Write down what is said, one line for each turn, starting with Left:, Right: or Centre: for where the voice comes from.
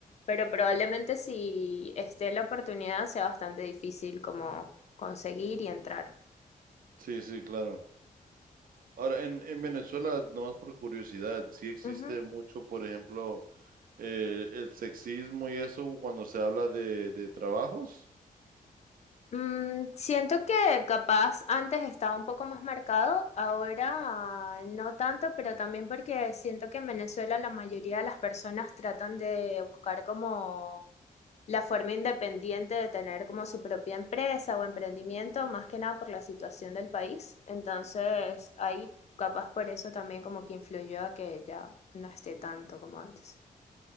Left: pero probablemente si esté la oportunidad sea bastante difícil como conseguir y entrar.
Right: Sí, sí, claro. Ahora, en, en Venezuela, nomás por curiosidad, sí existe
Left: Ujú.
Right: mucho, por ejemplo, eh, el sexismo y eso cuando se habla de, de trabajos.
Left: Mm, siento que capaz antes estaba un poco más marcado, ahora no tanto, pero también porque siento que en Venezuela la mayoría de las personas tratan de buscar como la forma independiente de tener como su propia empresa o emprendimiento, más que nada por la situación del país. Entonces, ahí capaz por eso también como que influyó a que ya no esté tanto como antes.